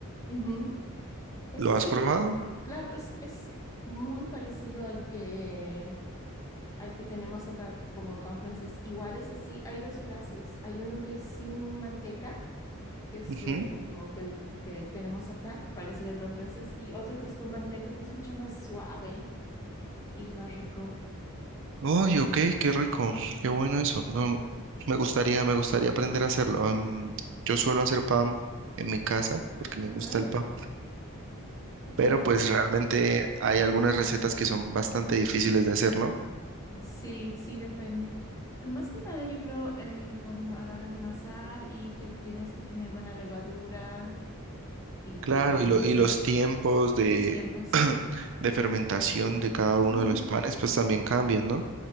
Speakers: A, on the left; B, on the right.
A: Ujú. Es,
B: ¿Lo
A: sí,
B: has probado?
A: claro, es, es muy parecido al que al que tenemos acá como pan francés. Igual es así, hay dos clases. Hay uno que es sin manteca, que es
B: Ujú.
A: el como que el que tenemos acá, parecido al pan francés, y otro que es con manteca, que es mucho más suave y más rico.
B: Oye, ok, qué rico, qué bueno eso. No, me gustaría, me gustaría aprender a hacerlo. Am, yo suelo hacer pan en mi casa porque me
A: Ajá,
B: gusta el pan,
A: ok.
B: pero pues realmente hay algunas recetas que son bastante difíciles de hacer, ¿no?
A: Sí, sí, depende. Eh, Más que nada, yo creo, eh, cuando a la hora de amasar y que tienes que tener buena levadura y
B: Claro,
A: no
B: y, lo- y
A: sé,
B: los tiempos de,
A: los tiempos.
B: <clears throat> de fermentación de cada uno
A: Ujú,
B: de los panes pues también cambian, ¿no?